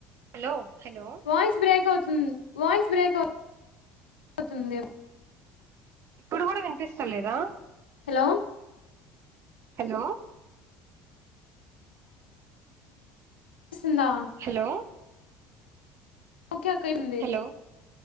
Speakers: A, on the right; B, on the left.
A: హలో హలో
B: వాయిస్ బ్రేక్ అవుతుంది వాయిస్ బ్రేక్ అవుతుంది
A: ఇప్పుడు కూడా వినిపిస్తలేదా
B: హలో
A: హలో
B: పిస్తుందా
A: హలో
B: ఒకే ఒక్క ఏమ్దీ
A: హలో